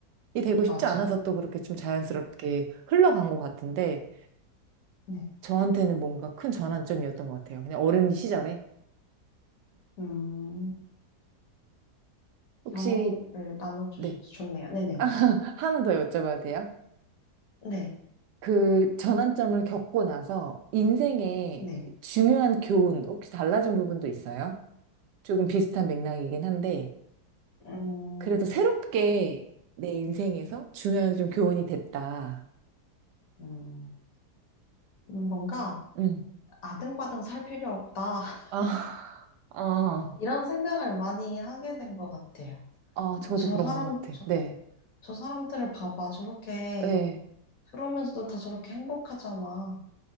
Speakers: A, on the right; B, on the left.
A: 이 되고
B: 맞아.
A: 싶지 않아서 또 그렇게 좀 자연스럽게 흘러간 것 같은데
B: 네.
A: 저한테는 뭔가 큰 전환점이었던 것 같아요. 그냥 어린 시절에
B: 음,
A: 혹시
B: 경험을 나눠주셔서
A: 네
B: 좋네요. 네네네.
A: <laughs> 하나 더 여쭤봐도 돼요?
B: 네.
A: 그 전환점을 겪고 나서 인생의
B: 네.
A: 중요한 교훈 혹시 달라진 부분도 있어요? 조금 비슷한 맥락이긴 한데
B: 음,
A: 그래도 새롭게 내 인생에서 중요한 좀 교훈이 됐다.
B: 음, 뭔가
A: 음.
B: 아등바등 살 필요 없다. <laughs>
A: 아, 아,
B: 이런 생각을 많이 하게 된 것 같아요.
A: 아, 저도
B: 저
A: 그런
B: 사람,
A: 것 같아. 네,
B: 저 사람들을 봐봐. 저렇게,
A: 네,
B: 그러면서도 다 저렇게 행복하잖아.